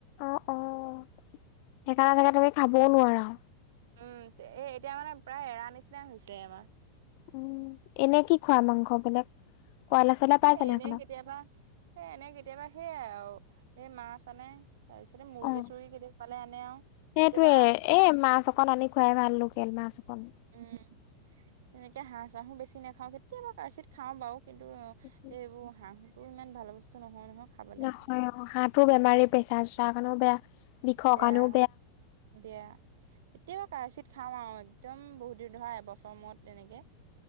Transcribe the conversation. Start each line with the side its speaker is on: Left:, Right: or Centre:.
Left: অ' অ' সেইকাৰণে চাগে তুমি খাবও নোৱাৰা।
Right: উম, তে এ এতিয়া মানে প্ৰায় এৰা নিচিনাই হৈছে আমাৰ।
Left: উম, এনে কি খোৱা মাংস বেলেগ কয়লা- চয়লা পাই
Right: এ
Left: জানো
Right: এনেই
Left: সেইখনত?
Right: কেতিয়াবা, এ এনেই কেতিয়াবা সেইয়াই য়াও এ মাছ আনে। তাৰপিছতে মুৰ্গী,
Left: অ',
Right: চোৰ্গী কেতিয়াকে পালে আনে আৰু
Left: সেইটোয়ে
Right: এইবা
Left: এ মাছ অকণ আনি খুৱাই ভাল লোকেল মাছ অকণ।
Right: উম, তেনেকে হাঁহ-চাহ ও বেছি নাখাওঁ কেতিয়াবা কাৰচিত খাওঁ বাৰু কিন্তু
Left: <inaudible>
Right: এইবোৰ হাঁহটো ইমান ভাল বস্তু নহয়, নহয়। খাবলে
Left: নহয় অ' হাঁহতো বেমাৰী প্ৰেছা-চেচাৰৰ কাৰণেও বেয়া। বিষৰ
Right: বেয়া,
Left: কাৰণেও
Right: বেয়া এতিয়াবা কাৰ্চিৎ খাওঁ আৰু একদম বহুত দিন ধৰা এবছৰ মূৰত এনেকে।